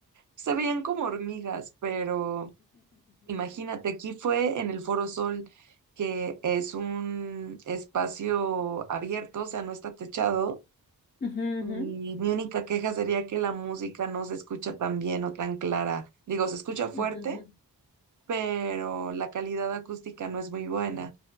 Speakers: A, on the right; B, on the left.
A: se veían como hormigas, pero imagínate, aquí fue en el Foro Sol, que es un espacio abierto, o sea, no está techado,
B: <laughs> ujú,
A: y mi única queja sería que la música no se escucha tan bien o tan clara. Digo, se escucha fuerte,
B: ujú,
A: pero la calidad acústica no es muy buena.